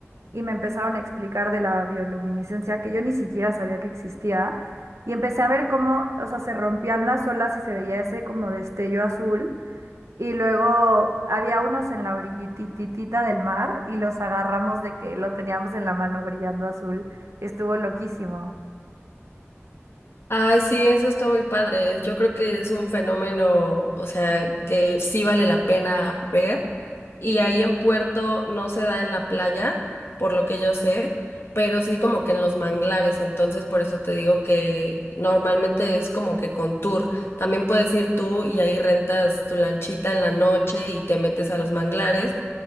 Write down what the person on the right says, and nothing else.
y me empezaron a explicar de la bioluminiscencia que yo ni siquiera sabía que existía y empecé a ver cómo, o sea, se rompían las olas y se veía ese como destello azul y luego había unos en la orillititita del mar y los agarramos de que lo teníamos en la mano brillando azul. Estuvo loquísimo.